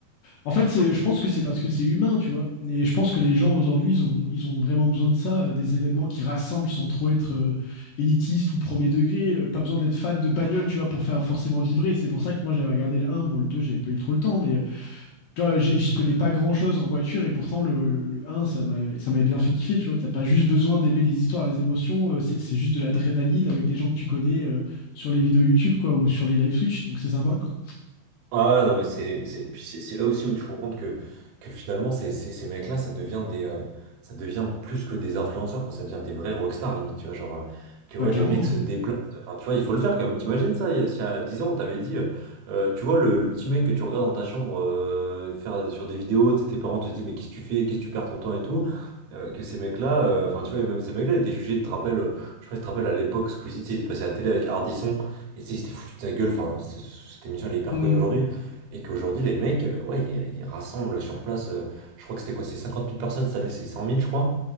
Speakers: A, on the left (about 80°); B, on the right (about 70°).
A: En fait, c'est, je pense que c'est parce que c'est humain, tu vois. Et je pense que les gens aujourd'hui, ils ont, ils ont vraiment besoin de ça, euh, des événements qui rassemblent sans trop être euh, élitiste ou premier degré. euh, pas besoin d'être fan de bagnole, tu vois, pour faire forcément vibrer. C'est pour ça que moi, j'avais regardé le un bon, le 2 j'avais pas eu trop le temps, mais euh, tu vois, j'y connais pas grand-chose en voiture et pourtant le, le, le 1, ça m'a ça m'a bien fait kiffer, tu vois. T'as pas juste besoin d'aimer les histoires, les émotions, euh, c'est c'est juste de l'adrénaline avec des gens que tu connais euh, sur les vidéos YouTube, quoi, ou sur les live Switch, donc c'est sympa, quoi.
B: Ah non mais c'est c'est puis c'est c'est là aussi où tu te rends compte que que finalement ces ces, ces mecs-là ça devient des euh, ça devient plus que des influenceurs quoi ça devient des vrais rockstars limite tu vois genre euh, que ouais
A: Bah clairement,
B: les mecs se
A: oui.
B: déplacent enfin tu vois il faut le faire quand même t'imagines ça il y a, si à 10 ans on t'avait dit euh, euh, tu vois le, le petit mec que tu regardes dans ta chambre euh, faire sur des vidéos tu sais, tes parents te disaient mais qu'est-ce que tu fais qu'est-ce que tu perds ton temps et tout euh, que ces mecs-là euh, enfin tu vois et même ces mecs-là étaient jugés tu te rappelles euh, je sais pas si tu te rappelles à l'époque Squeezie tu sais, il était passé à la télé avec Ardisson et tu sais, il s'était foutu de sa gueule. Enfin, c'est- cette émission, elle est hyper
A: Mm.
B: connue aujourd'hui. Et qu'aujourd'hui, les mecs, euh, ouais, ils, ils rassemblent sur place, euh, je crois que c'était quoi, c'est 50 000 personnes, cette année, c'est 100 000, je crois